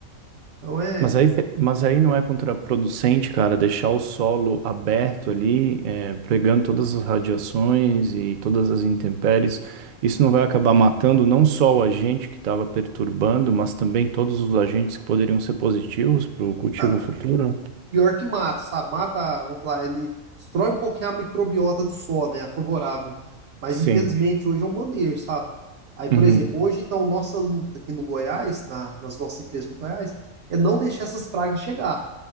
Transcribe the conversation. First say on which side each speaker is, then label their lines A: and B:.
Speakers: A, on the right; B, on the right.
A: Então é.
B: Mas aí, mas aí não é contraproducente, cara, deixar o solo aberto ali, é, pregando todas as radiações e todas as intempéries. Isso não vai acabar matando não só o agente que estava perturbando, mas também todos os agentes que poderiam ser positivos para o cultivo
A: cara
B: futuro?
A: pior que mata, sabe? Mata, vamos falar, ele destrói um pouquinho a microbiota do solo, né? A favorável. Mas
B: Sim.
A: infelizmente hoje é um maneiro, sabe? Aí, por
B: Uhum.
A: exemplo, hoje então nossa luta aqui no Goiás, na- nas nossas empresas do Goiás, é não deixar essas pragas chegar,